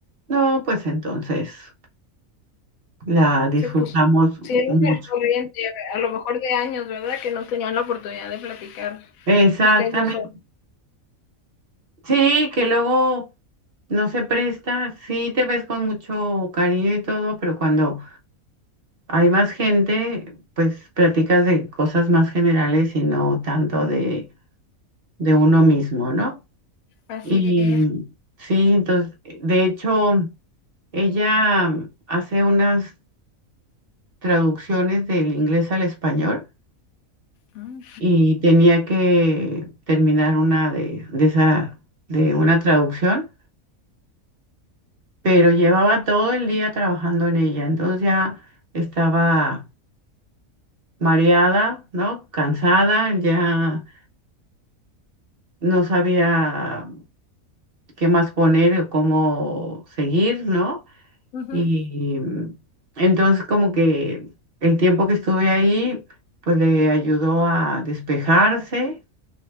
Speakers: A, on the right; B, on the left.
A: No, pues entonces la disfrutamos
B: Se pusieron
A: mucho.
B: al corriente, a lo mejor de años, ¿verdad? Que no tenían la oportunidad de platicar
A: Exactamente.
B: ustedes dos solos.
A: Sí, que luego no se presta, sí te ves con mucho cariño y todo, pero cuando hay más gente, pues platicas de cosas más generales y no tanto de, de uno mismo, ¿no?
B: Así
A: Y
B: es.
A: sí, entonces, de hecho, ella hace unas traducciones del inglés al español
B: Mm,
A: y tenía que terminar una de, de esa, de una traducción, pero llevaba todo el día trabajando en ella, entonces ya estaba mareada, ¿no? Cansada, ya no sabía qué más poner o cómo seguir, ¿no?
B: ujú.
A: Y mm, entonces como que el tiempo que estuve ahí, pues le ayudó a despejarse,